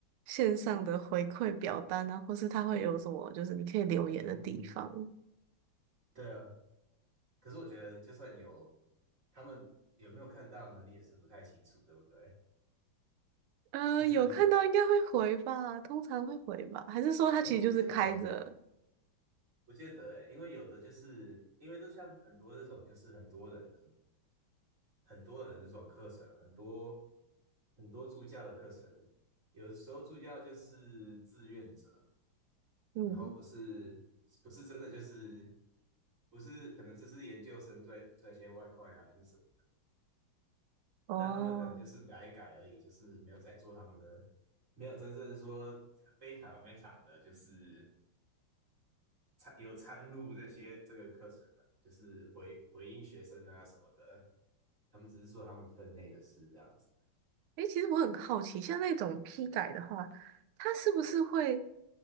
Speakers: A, on the right; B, on the right.
A: 线上的回馈表单啊，或是他会有什么，就是你可以留言的地方。
B: 嗯嗯嗯，对啊，可是我觉得就算有，他们有没有看到呢？你也是不太清楚，对不对？
A: 嗯，
B: 就是，
A: 有看到应该会回吧，通常会回吧，还是说他其实就是开着？
B: 哎，不见得，哎，不见得，哎，因为有的就是因为就像很多这种，就是很多人的很多人的这种课程，很多很多助教的课程，有时候助教就是志愿者，
A: 嗯，
B: 然后不是不是真的就是不是可能只是研究生赚赚一些外快啊还是什么，
A: 哦，
B: 那他们可能就是改一改而已，就是没有在做他们的，没有真正说非常非常的就是参有参入这些这个课程的，就是回回应学生啊什么的，他们只是做他们分内的事这样子。
A: 诶，其实我很好奇，像那种批改的话，他是不是会，